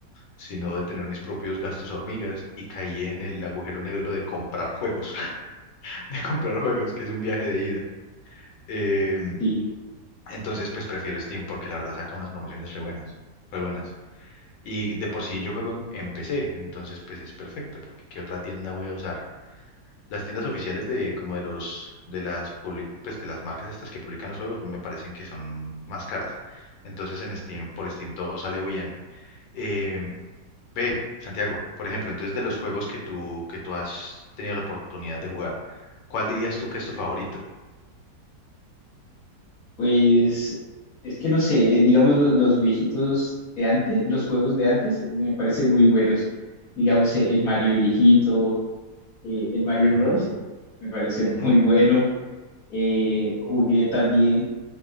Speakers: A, on the left; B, on the left.
A: sino de tener mis propios gastos hormigas y caí en el agujero negro de comprar juegos, <laughs> de comprar juegos, que es un viaje de ida. Eh,
B: sí,
A: entonces, pues prefiero Steam porque la verdad saca unas promociones re buenas, re buenas. Y de por sí yo juego en, en PC, entonces pues es perfecto porque ¿qué otra tienda voy a usar? Las tiendas oficiales de como de los de las public- pues de las marcas estas que publican los juegos me parecen que son más caras. Entonces en Steam, por Steam todo sale bien. Em, Ve, Santiago, por ejemplo, entonces de los juegos que tú, que tú has tenido la oportunidad de jugar, ¿cuál dirías tú que es tu favorito?
B: pues es que no sé, digamos, los los, viejitos de antes, los juegos de antes me parecen muy buenos. Digamos, eh, el Mario viejito, eh, el Mario
A: Ujú,
B: Bros. me parece muy
A: ujú.
B: bueno. Eh, jugué también,